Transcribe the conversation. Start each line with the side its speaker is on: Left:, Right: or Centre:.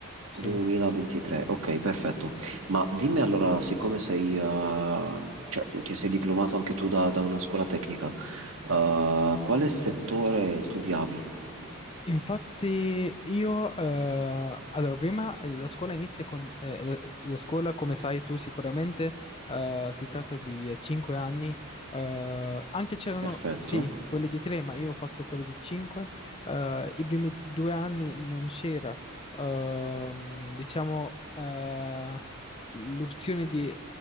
Left: sì.
Right: 2023, ok, perfetto. Ma dimmi allora, siccome sei, eh, cioè, ti sei diplomato anche tu da, da una scuola tecnica, eh, quale settore studiavi?
Left: Infatti io, eh, allora prima eh, la scuola inizia con, eh, la la scuola come sai tu sicuramente, eh, si tratta di 5 anni, eh, anche c'erano
Right: Perfetto.
Left: sì quelle di 3 ma io ho fatto quelle di 5, i primi due anni non c'era, ehm, diciamo, eh, l'opzione di eh,